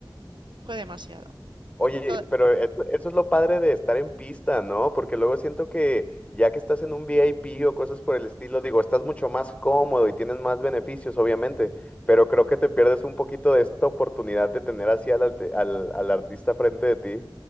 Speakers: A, on the right; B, on the left.
A: fue demasiado.
B: Oye,
A: To-
B: pero eso, eso es lo padre de estar en pista, ¿no? Porque luego siento que ya que estás en un VIP o cosas por el estilo, digo, estás mucho más cómodo y tienes más beneficios, obviamente, pero creo que te pierdes un poquito de esta oportunidad de tener así al, alte- al, al artista frente de ti.